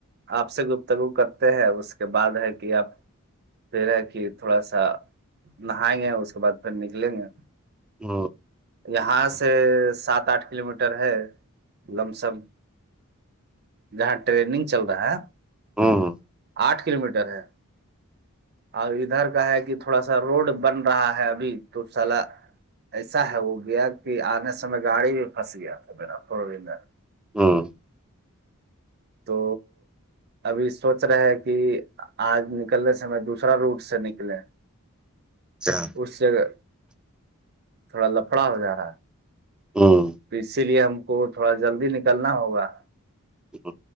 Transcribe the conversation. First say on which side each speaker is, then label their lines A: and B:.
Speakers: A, on the right; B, in the centre.
A: آپ سے گفتگو کرتے ہیں اس کے بعد ہے کہ آپ پھر ہے کہ تھوڑا سا نہائیں گے اس کے بعد پھر نکلیں گے
B: ہ
A: یہاں سے سات آٹھ کلو میٹر ہے لم سم جہاں ٹریڈنگ چل رہا ہے
B: ہاں ہاں
A: آٹھ کلو میٹر ہے اور ادھر کا ہے کہ تھوڑا سا روڈ بن رہا ہے ابھی تو سال ایسا ہے وہ گیا کہ آنے سمے گاڑی بھی پھنس گیا تھا میرا فور ویلر
B: ہوں
A: تو ابھی سوچ رہے ہے کہ آج نکلنے سے میں دوسرا روٹ سے نکلے
B: اچھا
A: اس جگہ تھوڑا لفڑا ہو جا رہا ہے
B: ہ ہ
A: تو اسی لیے ہم کو تھوڑا جلدی نکلنا ہوگا
B: ہ